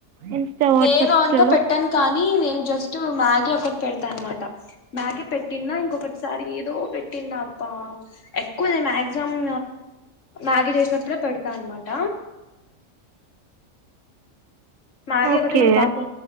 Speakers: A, on the right; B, on the left.
A: ఇన్స్టా వాట్సాప్స్లలో
B: నేను అంతా పెట్టాను కానీ నేను జస్ట్ మ్యాగీ ఒకట్ పెడతా అనమాట మ్యాగీ పెట్టినా ఇంకొకటిసారి ఏదో పెటి నాభా ఎక్కువఅది మాక్సిమమ్ మ్యాగీ చేసినప్పుడే పెడతా అన్నమాట మాగ్గీ
A: ఓకే
B: ఒకటే నా బాపు